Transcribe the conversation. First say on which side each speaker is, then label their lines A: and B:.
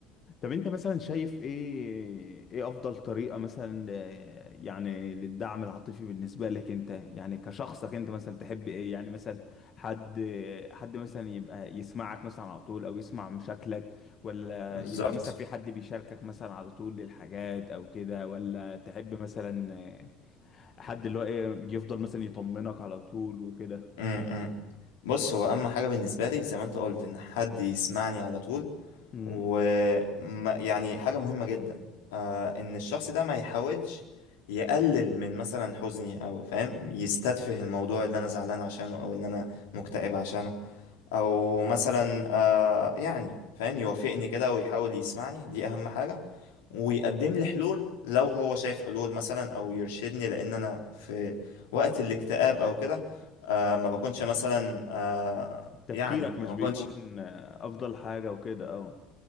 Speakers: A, on the left; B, on the left.
A: طب انت مثلا شايف ايه ايه افضل طريقة مثلا آه، يعني للدعم العاطفي بالنسبة لك انت يعني كشخصك انت مثلا تحب ايه يعني مثلا حد حد مثلا يبقى يسمعك مثلا على طول او يسمع مشاكلك ولا
B: بالظبط
A: يبقى مثلا في حد بيشاركك مثلا على طول للحاجات او كده ولا تحب مثلا آه، حد اللي هو ايه يفضل مثلا يطمنك على طول وكده
B: امم بص هو اهم حاجه بالنسبه لي زي ما انت قلت ان حد يسمعني على طول
A: مم.
B: ويعني حاجه مهمه جدا آه ان الشخص ده ما يحاولش يقلل من مثلا حزني او فاهم يستتفه الموضوع اللي انا زعلان عشانه او ان انا مكتئب عشانه او مثلا آه يعني فاهم يوافقني كده ويحاول يسمعني دي اهم حاجة ويقدم لي حلول لو هو شايف حلول مثلا او يرشدني لان انا في وقت الاكتئاب او كده آه ما بكونش مثلا آه
A: تفكيرك
B: يعني
A: مش
B: ما بكونش
A: بيكون آه، افضل حاجة وكده اه